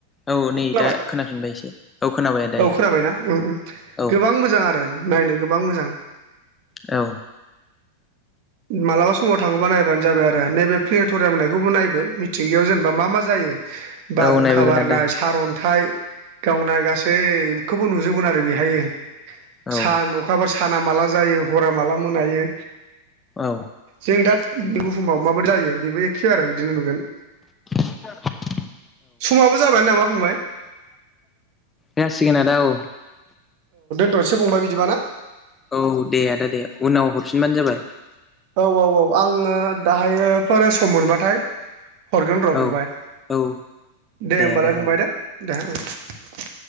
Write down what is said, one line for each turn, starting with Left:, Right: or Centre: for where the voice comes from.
Left: औ नै
Right: खोनाबाय
Left: दा खोनाफिनबाय एसे औ खोनाबाय आदा
Right: औ खोनाबायना उम उम
Left: औ
Right: गोबां मोजां आरो नायनो गोबां मोजां
Left: औ
Right: मालाबा समाव थाङोबा नायबानो जाबाय आरो नैबे प्लेनेट'रियाम होननायखौबो नायबो मिथिंगायाव जेनेबा मा मा जायो।
Left: औ
Right: बारहुंखा
Left: नायबोगोन
Right: बारनाय
Left: आदा
Right: सारअन्थाइ गावनाय गासैखौबो नुजगोन आरो बेहायो
Left: औ
Right: सान अखाफोर सान ना माला जायो हरा माला मोनायो
Left: औ
Right: जों दा बुहुमाव माबोरै जायो बेबो एखे आरो बिदिनो नुगोन।
Left: <inaudible>
Right: समाबो जाबाय नामा फंबाय
Left: जासिगोन आदा औ
Right: दोनथ'सै फंबाय बिदिबा ना
Left: औ दे आदा दे उनाव हरफिनबानो जाबाय
Right: औ औ औ आङो दाहायोफोर सम मोनबाथाय हरगोन र' फंबाय
Left: औ औ
Right: दे होमबालाय
Left: आदा
Right: फंबाय
Left: औ
Right: दे दे ओं